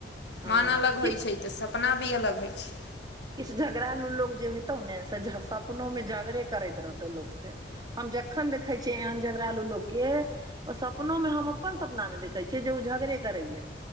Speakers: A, on the right; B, on the left.
A: हँ
B: मान अलग होइ
A: किछु
B: छै तऽ सपना भी अलग होइ छै
A: किछ झगड़ालू लोग जे हेतौ ने से सपनो में झगड़े करैत रहतौ लोक से हम जखन देखै छियै एहन झगड़ालू लोक के ओ सपनो मे हम अपन सपना न देखै छियै जे ओ झगड़े करैए